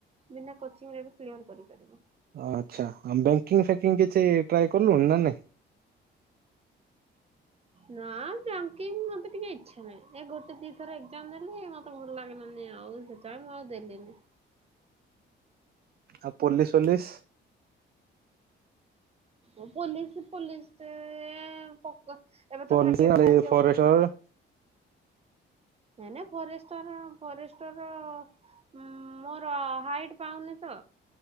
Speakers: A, on the right; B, on the right.
A: ବିନା କୋଚିଂରେ ବି କ୍ଲିୟର କରିପାରିବ।
B: ଆଚ୍ଛା ଆ ବ୍ୟାଙ୍କିଙ୍ଗ ଫ୍ୟାଙ୍କିଙ୍ଗ କିଛି ଟ୍ରାଏ କଲୁନି ନା ନାଇଁ।
A: ନା ବ୍ୟାଙ୍କିଙ୍ଗ୍ ମତେ ଟିକେ ଇଚ୍ଛା ନାହିଁ, ଏ ଗୋଟେ ଦି ଥର ଏକ୍ଜାମ ଦେଲି ମତେ ଭଲ ଲାଗିଲାନି ଆଉ ସେପାଇଁ ମୁଁ ଆଉ ଦେଲିନି।
B: ଆଉ ପୋଲିସ୍ ଫୋଲିସ।
A: ଓ ପୋଲିସ ପୋଲିସ ରେ ପକ ଏବେ ତ
B: ପୋଲିସ
A: ଭାକେନ୍ସି
B: ରେ
A: ଆସିବ
B: ଫରେଷ୍ଟର।
A: ବୋଲି କହିଛନ୍ତି। ନାଇଁ ନା ଫରେଷ୍ଟର ଫରେଷ୍ଟ ର ଉଁ ମୋର ହାଇଟ ପାଉନି ତ